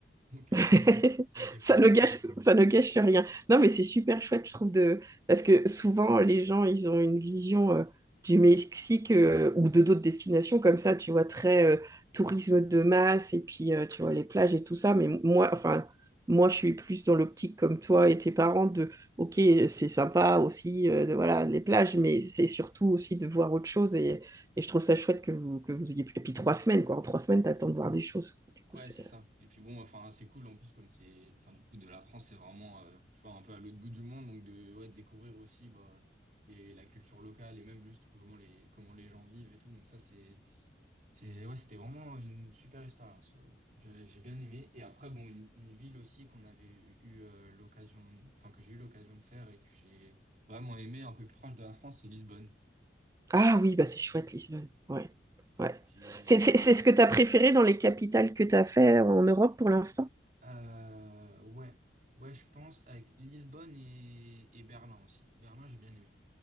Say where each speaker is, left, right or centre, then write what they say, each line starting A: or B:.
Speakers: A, on the right; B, on the right.
A: Donc euh,
B: <laughs>
A: ça, c'est ça, c'est
B: ça
A: cool.
B: ne gâche, ça ne gâche rien. Non, mais c'est super chouette, je trouve, de... parce que souvent, les gens, ils ont une vision euh, du Mexique euh, ou de d'autres destinations comme ça, tu vois, très euh, tourisme de masse et puis, euh, tu vois, les plages et tout ça. Mais moi, enfin, moi, je suis plus dans l'optique comme toi et tes parents de, OK, c'est sympa aussi, euh, de, voilà, les plages, mais c'est surtout aussi de voir autre chose. Et, et je trouve ça chouette que vous, que vous ayez... pu- Et puis, trois semaines, quoi. En trois semaines, t'attends de voir des choses. Du coup,
A: Ouais,
B: c'est...
A: c'est ça. Et puis bon, enfin, c'est cool en plus comme c'est, enfin, du coup, de la France, c'est vraiment, euh, tu vois, un peu à l'autre bout du monde, donc de, ouais, de découvrir aussi bah, les- la culture locale et même juste comment les, comment les gens vivent et tout. Donc ça, c'est C'est, ouais, c'était vraiment une super expérience. euh, J'ai j'ai bien aimé. Et après, bon, une, une ville aussi qu'on avait eu, eu, euh, l'occasion, enfin, que j'ai eu l'occasion de faire et que j'ai vraiment aimé, un peu plus proche de la France, c'est Lisbonne.
B: Ah oui, bah c'est chouette, Lisbonne. Ouais. Ouais.
A: J'ai-
B: C'est c'est- c'est ce que tu as préféré dans les capitales que tu as fait en Europe pour l'instant?
A: Euh, ouais, ouais, je pense avec Lisbonne et, et Berlin aussi. Berlin, j'ai bien aimé.